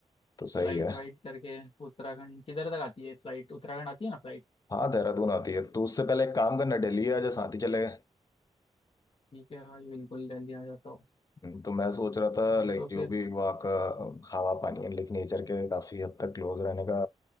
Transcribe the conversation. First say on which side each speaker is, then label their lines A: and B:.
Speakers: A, on the left; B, on the left.
A: तो सही
B: फ्लाइट
A: है
B: वाइट करके उत्तराखंड किधर तक आती है फ्लाइट उत्तराखंड आती है ना फ्लाइट
A: हाँ देहरादून आती है तो उससे पहले एक काम करना दिल्ली आ जा साथ ही चले
B: ठीक है भाई बिल्कुल दिल्ली आ जाता हूँ
A: हम्म, तो मैं सोच रहा था लाइक
B: तो फिर
A: जो भी वहाँ का हवा पानी है लाइक नेचर के काफी हद तक क्लोज रहने का